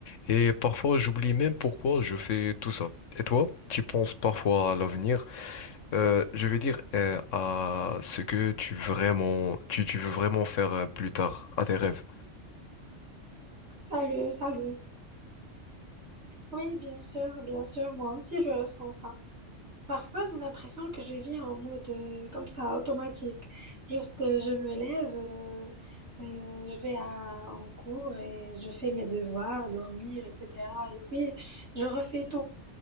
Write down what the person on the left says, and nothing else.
et parfois j'oublie même pourquoi je fais tout ça. Et toi, tu penses parfois à l'avenir, euh, je vais dire euh, à ce que tu vraiment, tu, tu veux vraiment faire euh, plus tard, à tes rêves.